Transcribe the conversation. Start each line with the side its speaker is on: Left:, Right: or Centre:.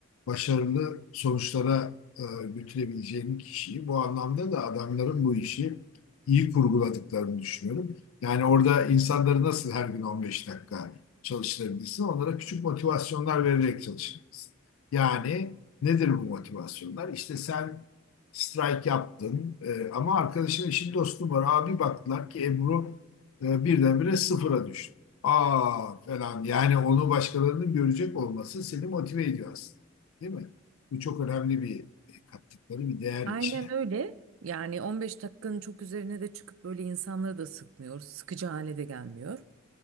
Left: başarılı sonuçlara e, götürebileceğini kişiyi bu anlamda da adamların bu işi iyi kurguladıklarını düşünüyorum. Yani orada insanları nasıl her gün 15 dakika çalıştırabilirsin? Onlara küçük motivasyonlar vererek çalıştırabilirsin. Yani nedir bu motivasyonlar? İşte sen strike yaptın. E, ama arkadaşın işin dostum var. Abi baktılar ki Ebru e, birdenbire sıfıra düştü. Aa falan yani onu başkalarının görecek olması seni motive ediyor aslında. Değil mi? Bu çok önemli bir e, kattıkları bir değer
Right: Aynen
Left: içine.
Right: öyle. Yani 15 dakikanın çok üzerine de çıkıp böyle insanları da sıkmıyor. Sıkıcı hale de gelmiyor.